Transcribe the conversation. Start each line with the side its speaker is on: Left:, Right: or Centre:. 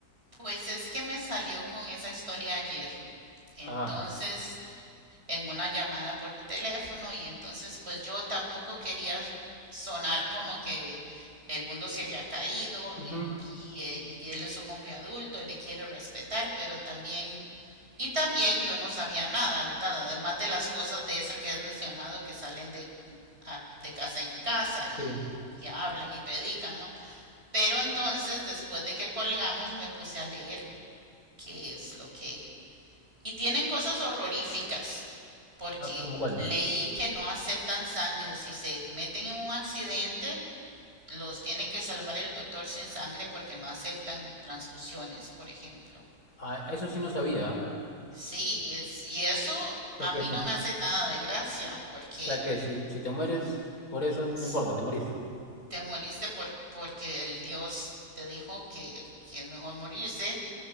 Right: Pues es que me salió con esa historia ayer. Entonces,
Left: Ah,
Right: en una llamada por teléfono y entonces pues yo tampoco quería sonar como que el mundo se había caído
Left: ujú,
Right: y, y, eh, y que él es un hombre adulto, le quiero respetar, pero también Y también yo no sabía nada, ¿verdad? Además de las cosas de esas que has mencionado que salen de, de casa en casa y,
Left: sí.
Right: y hablan y predican, ¿no? Pero entonces, después de que colgamos, me puse a leer qué es lo que... Y tienen cosas horroríficas, porque
Left: Ah, ¿cómo cuáles?
Right: leí que no aceptan sangre. Si se meten en un accidente, los tiene que salvar el doctor sin sangre porque no aceptan transfusiones, por ejemplo.
Left: Ah, eso sí no sabía, ¿ah?
Right: Sí, es, y eso
Left: O sea
Right: a
Left: que
Right: mí
Left: es mejor-
Right: no me hace nada de gracia, porque
Left: O sea que si, si te mueres por eso,
Right: s-
Left: no importa, te moriste.
Right: te moriste por, porque el Dios te dijo que, que es mejor morirse,